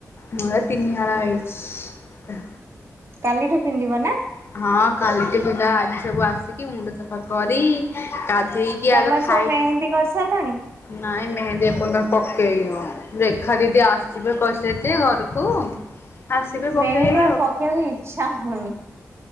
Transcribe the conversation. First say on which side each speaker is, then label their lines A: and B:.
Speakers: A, on the left (about 45°); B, on the right (about 45°).
A: ମର ତିନିହଳ ହେଇଛି।
B: କାଲିଠୁ ପିନ୍ଧିବ ନା
A: ହଁ କାଲିଟି ପିନ୍ଧା ଆଜି ସବୁ ଆସିକି ମୁଣ୍ଡ ସଫା କରି ଗାଧେଇକି
B: ତମର
A: ଆଗ ଖାଇ
B: ସବୁ ମେହେନ୍ଦୀ କରିସାରିଲଣି?
A: ନାଇଁ ମେହେନ୍ଦୀ ଏ ପର୍ଯ୍ୟ ପକେଇ ଆ ରେଖା ଦିଦି ଆସିବେ କହିଥିଲେ ତି ଘରକୁ ଆସିବେ ପକେଇବେ
B: ମେହେନ୍ଦୀ ଆଉ ପକେଇତେ ଇଚ୍ଛା ହେଉନି।